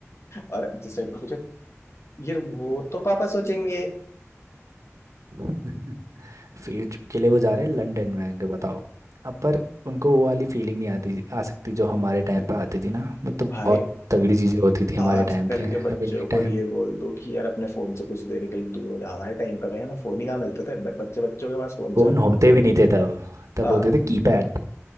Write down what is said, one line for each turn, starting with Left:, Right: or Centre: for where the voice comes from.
Left: और जिस टाइम पे सोचे यार वो तो पापा सोचेंगे
Right: <laughs> फील्ड ट्रिप के लिए वो जा रहे हैं लंदन में आएंगे बताओ अब पर उनको वो वाली फीलिंग नहीं आती आ सकती जो हमारे टाइम पे आती थी ना वो तो
Left: भाई
Right: बहुत तगड़ी चीज़ें होती थी हमारे
Left: आजकल
Right: टाइम पे
Left: के बच्चों
Right: अब इनके
Left: को
Right: टाइम
Left: ये बोल दो कि यार अपने फोन से कुछ देर के लिए दूर हो जाओ हमारे टाइम पे भाई हमें फोन ही कहाँ मिलते थे बट बच्चे बच्चों के पास फोन
Right: फोन होते भी नहीं थे तब तब
Left: से
Right: होते थे कीपैड